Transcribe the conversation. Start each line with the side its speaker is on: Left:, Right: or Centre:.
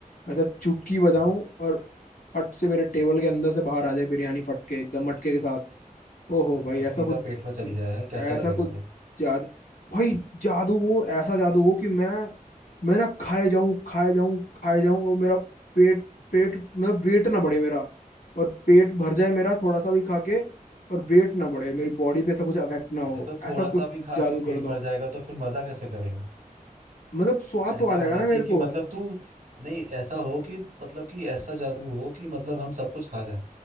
Left: ऐसा चुटकी बजाऊं
Right: हाँ।
Left: और फट से मेरे टेबल के अंदर से बाहर आ जाए बिरयानी फट के एकदम मटके के साथ ओहो भाई
Right: और सीधा
Left: ऐसा कुछ
Right: पेट में चली जाए है कैसा
Left: ऐसा
Right: लगेगा
Left: कुछ
Right: फिर
Left: जादू भाई जादू वो ऐसा जादू हो कि मैं मैं ना खाए जाऊं खाए जाऊं खाए जाऊं और मेरा पेट पेट मतलब वेट ना बढ़े मेरा और पेट भर जाए मेरा थोड़ा सा भी खा के और वेट ना बढ़े मेरी बॉडी पे ऐसा कुछ अफेक्ट ना हो
Right: अरे तो थोड़ा
Left: ऐसा कुछ
Right: सा भी खा
Left: जादू
Right: के पेट
Left: कर दो
Right: भर जाएगा तो फिर मजा कैसे करेगा
Left: मतलब स्वाद
Right: ऐसा
Left: तो आ
Right: होना
Left: जाएगा ना
Right: चाहिए
Left: मेरे
Right: कि
Left: को
Right: मतलब तू नहीं ऐसा हो कि मतलब कि ऐसा जादू हो कि मतलब हम सब कुछ खा जाएं